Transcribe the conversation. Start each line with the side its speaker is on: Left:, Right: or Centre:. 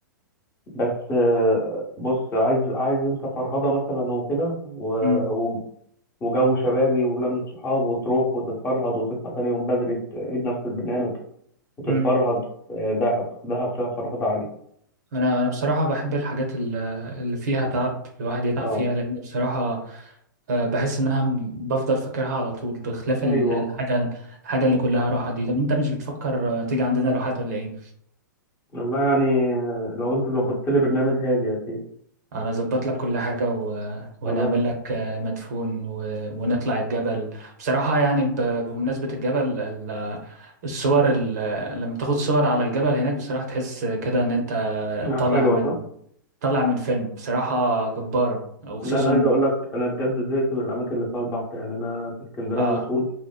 Left: بس آه بص عايز عايز أنت فرهضة مثلا وكده و-
Right: مم.
Left: و- وجو شبابي ولمة صحاب وتروح وتتفرهد وتصحى تاني يوم بدري تعيد نفس البرنامج وتتفرهد
Right: مم.
Left: آه دهب دهب فيها فرهضة عالية
Right: انا انا بصراحه بحب الحاجات ال- اللي فيها تعب الواحد يتعب
Left: اه
Right: فيها لان بصراحه آه، بحس انها م- بفضل فاكرها على طول بخلاف
Left: ايوه
Right: ال- الحاجه الحاجه اللي كلها راحه دي طب انت مش بتفكر آه، تيجي عندنا لوحات ولا ايه
Left: والله يعني لو انت ظبطت لي برنامج هاجي اكيد
Right: انا اظبط لك كل حاجه و... ونعمل
Left: خلاص
Right: لك آه، مدفون و... ونطلع الجبل بصراحه يعني ب... بمناسبه الجبل ال... الصور ال... لما تاخد صور على الجبل هناك بصراحه تحس كده ان انت
Left: لا
Right: طالع
Left: حلوه صح
Right: طلع من فيلم بصراحة جبارة وخصوصا
Left: لا انا عايز اقول لك انا بجد زهقت من الاماكن اللي فيها البحر يعني انا في اسكندريه
Right: اه
Left: على طول